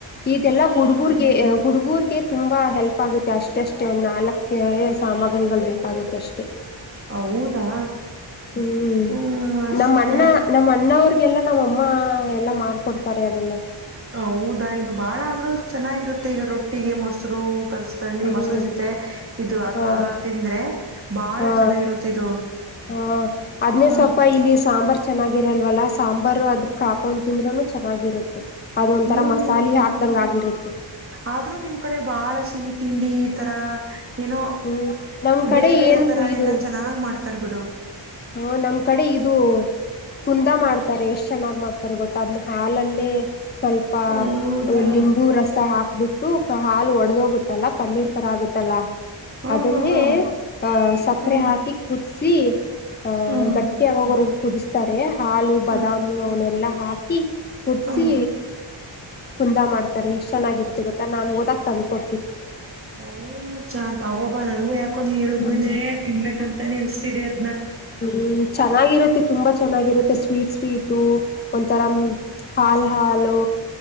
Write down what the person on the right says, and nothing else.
ಹೌದಾ
ಹ್ಮ್ ಅಷ್ಟೇ
ಹೌದಯದು ಬಾಳ ಆದ್ರೂ ಚೆನ್ನಾಗಿರುತ್ತೆ ಈಗ ರೊಟ್ಟಿಗೆ ಮೊಸರು. ಕಲ್ಸ್ಕೊಂಡಿ
ಮೊಸರು ಜೊತೆ ಇದು ಅಕ
ತಿಂದ್ರೆ ಬಹಳ
ಚೆನ್ನಾಗಿರುತ್ತೆ ಇದು.
ಹ್ಮ
ಹ್ಮ್
ಆದ್ರೂ ನಿಮ್ ಕಡೆ ಬಾಳ ಸಿಹಿ ತಿಂಡಿ ಈ ತರ. ಏನೋ
ಬೇರೆ ಬೇರೆ
ತರ
ಎಲ್ಲಾ ಚೆನ್ನಾಗ್ ಮಾಡ್ತಾರ ಬಿಡು.
ಹೌದಾ
ಹ
ಹಾ ಹಾ
ಹ್ಮ್
ಹ್ಮ್
ಹ್ಮ್
ಹ್ಮ್
ಹ -ಚಂತಗಬ ನಾನ ಯ. ಡ -ಹೇಳಿದ್ಮೇಲೆ
ತಿನ್ಬೇಕಂತೆನ್ಸ್ತಿದೆ -ಅ-
ಹ್ಮ್